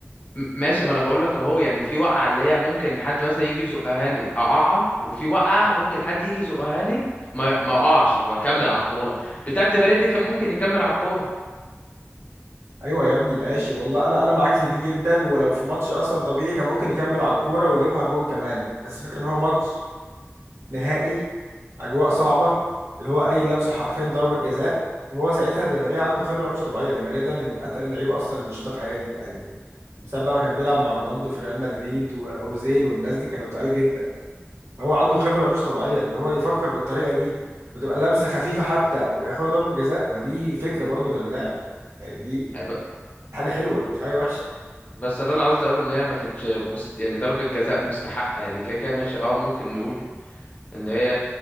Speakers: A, on the left; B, on the right.
A: م- ماشي ما انا بقول لك اهو يعني في وقعه اللي هي ممكن حد مثلا يجي يزقهاني اقعها وفي وقعه ممكن حد يجي يزقهاني ما ما اقعش واكمل على الكوره بتاعه دي ماريا دي كان ممكن يكمل على الكوره
B: ايوه يا ابني ماشي والله انا انا معاك في دي جدا ولو في ماتش اصلا طبيعي كان ممكن يكمل على الكوره ويجيبها جون كمان بس فكرة ان هو ماتش نهائي اجواء صعبه اللي هو اي لمسه حرفيا ضربه جزاء وهو ساعتها دي ماريا عنده خبره مش طبيعيه دي ماريا ده من اتقل اللعيبه اصلا اللي شفتها في حياتي يعني بسبب بقى ما كان بيلعب مع رونالدو في ريال مدريد واوزيل والناس دي كانوا تقال جدا هو عنده خبره مش طبيعيه ان هو يفكر بالطريقه دي وتبقى لمسه خفيفه حتى وياخد ضربه جزاء ما دي فكره برضو من اللاعب يعني دي
A: ب-
B: حاجه حلوه مش حاجه وحشه
A: بس اللي انا قصدي اقوله ان هي ما كانتش مست... يعني ضربه جزاء مستحقه يعني كده كده ماشي اه ممكن نقول ان هي